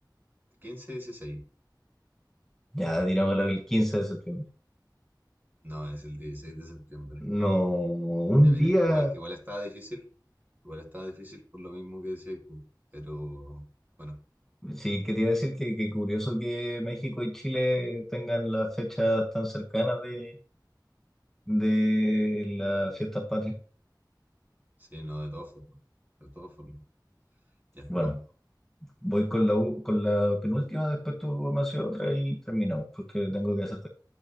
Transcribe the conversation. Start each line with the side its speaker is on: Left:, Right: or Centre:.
Right: Quince dieciséis.
Centre: Ya, digamos la del 15 de septiembre.
Right: No, es el 16 de septiembre.
Centre: No, un
Right: Ya mira,
Centre: día,
Right: igual, igual estaba difícil, igual estaba difícil por lo mismo que decías tú, pero bueno,
Centre: sí, quería decir que, que curioso que México y Chile tengan las fechas tan cercanas de, de las fiestas patrias.
Right: sí, no, de todas formas, de todas formas. Ya,
Centre: Bueno,
Right: vamos,
Centre: voy con la, u- con la penúltima, después tú me haces otra y terminamos, porque tengo que hacer